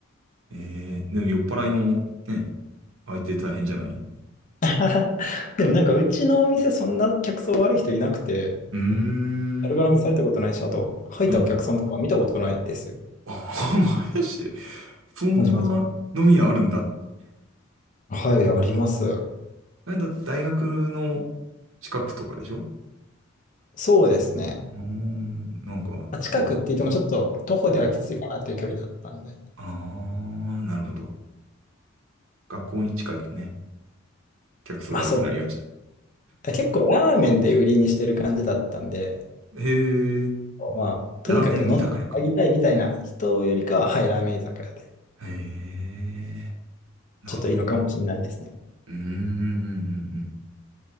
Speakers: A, on the right; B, on the left.
A: えー、でも酔っ払いの、ね、相手大変じゃないう
B: <laughs> でもなんか、うちのお店、そんな客層悪い人いなくて、
A: ーん。
B: 悪絡みされたことないし、あと、入ったお客さんとか見たことないですよ。
A: うん。あ、<laughs> まやして、そんな飲み屋あるんだ。
B: まじまじ。はい、あります。
A: なんだ、大学の近くとかでしょ
B: そうですね。
A: うーん、なんかね。
B: あ近くって言っても、ちょっと徒歩ではきついかなっていう距離だったんで。
A: うん。ああ、なるほど。学校に近いとね、客層悪くなりがちだ。
B: まあ、そうですね。結構、ラーメンで売りにしてる感じだったんで、
A: へえ。
B: まあ、とにかく飲んであげたいみたいな人よりかは、
A: ラーメン居酒屋か。
B: はい、ラーメン居酒屋で、
A: へえ、なるほど。
B: ちょっといいのかもしれないですね。
A: うーん、うん、うん